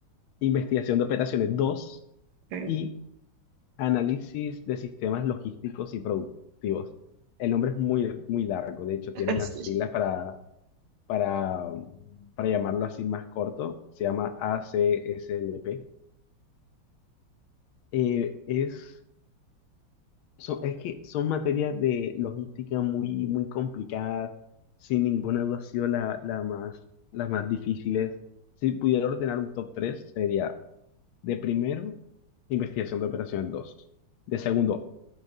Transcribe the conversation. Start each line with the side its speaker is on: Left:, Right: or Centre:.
Left: investigación de operaciones dos
Right: Eh,
Left: y análisis de sistemas logísticos y productivos. El nombre es muy, muy largo, de hecho
Right: <laughs>
Left: tiene unas
Right: sí.
Left: siglas para, para, para llamarlo así más corto, se llama ACSLP. Eh, es Son, es que son materias de logística muy, muy complicadas, sin ninguna duda ha sido la, la más, las más difíciles. Si pudiera ordenar un top 3 sería de primero, investigación de operaciones dos de segundo,